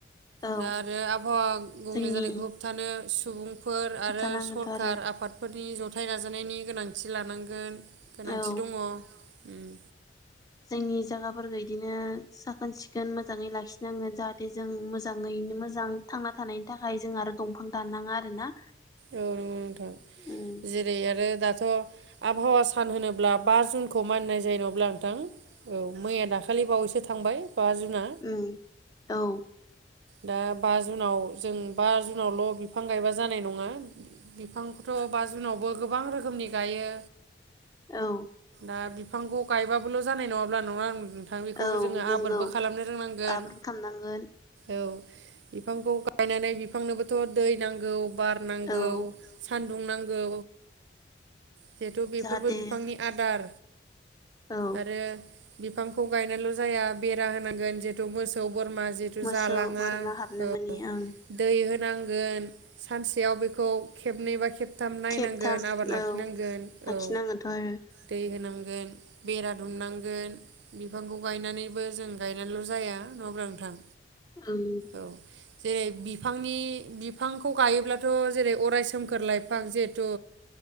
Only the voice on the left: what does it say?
औ
जोंनि
होबथानांगोनथ'
आरो
औ
जोंनि जागाफोरखौ इदिनो साखोन सिखोन मोजाङै लाखिनांगोन जाहाथे जों मोजाङैनो मोजां थांना थानायनि थाखाय जों आरो दंफां दाननाङा आरोना
औ
उम औ
औ
औ
नंगौ
आबोर खालामनांगोन
औ
जाहाथे
औ
मोसौ
बोरमा हाबनो
मोनि ओं
खेबथाम
औ
आखिनांगोनथ'
आरो
आं